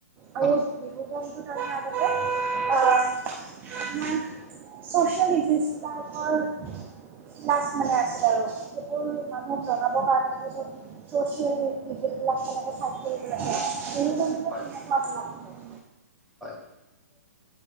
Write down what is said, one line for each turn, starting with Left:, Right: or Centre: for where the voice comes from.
Right: আৰু
Centre: হয়
Right: আৰু বিহু গানটো তাৰ মানে আগতে। আপোনাৰ ছচিয়েল ইভেঞ্চবিলাকৰ ক্লাচ মানে আছিল আৰু সেইবোৰ মানুহক জনাবৰ কাৰণে যে চ'ব। চছিয়েল বিলাক তেনেকোই কৰিব লাগে এই বিলাক
Centre: হয়
Right: তেনেকুৱাক আছিল। আগতে
Centre: হয়।